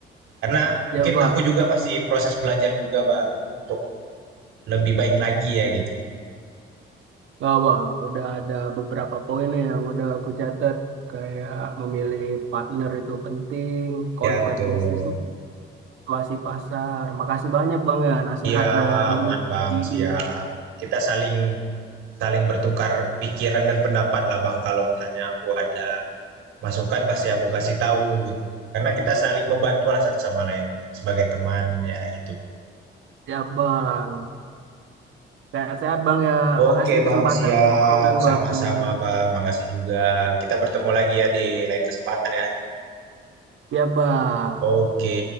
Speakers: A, on the right (about 90°); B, on the right (about 75°).
A: Karena
B: Ya,
A: mungkin
B: Bang.
A: aku juga masih proses belajar juga, Bang, untuk lebih baik lagi ya gitu.
B: Wah, Bang, udah ada beberapa poin nih yang udah aku catat, kayak memilih partner itu penting, konsep
A: Ya betul.
B: bisnis masih pasar. Makasih banyak, Bang, ya, nasihat
A: Iya,
B: dan
A: aman,
B: ini
A: Bang,
B: ide
A: siap. Kita saling saling bertukar pikiran dan pendapat lah, Bang. Kalau misalnya aku ada masukan pasti aku kasih tahu gitu. Karena kita saling membantu lah satu sama lain sebagai teman ya gitu, Bang.
B: Siap, Bang. Sehat-sehat, Bang, ya.
A: Oke,
B: Makasih
A: Bang,
B: kesempatan
A: siap.
B: ngobrolnya,
A: Sama-sama,
B: Bang.
A: Bang. Makasih juga. Kita bertemu lagi ya di lain kesempatan ya.
B: Siap, Bang.
A: Oke.